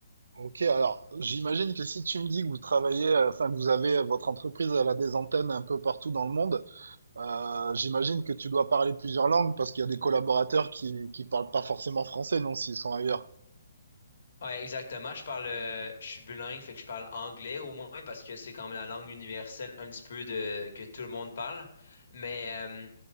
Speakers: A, on the right (about 65°); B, on the left (about 60°).
A: Ok, alors j'imagine que si tu me dis que vous travaillez, euh, enfin que vous avez euh, votre entreprise, elle a des antennes un peu partout dans le monde, euh, j'imagine que tu dois parler plusieurs langues parce qu'il y a des collaborateurs qui qui parlent pas forcément français, non, s'ils sont ailleurs.
B: Ouais, exactement. Je parle, euh, je suis bilingue, fait que je parle anglais au moins parce que c'est comme la langue universelle un petit peu de que tout le monde parle. Mais euh,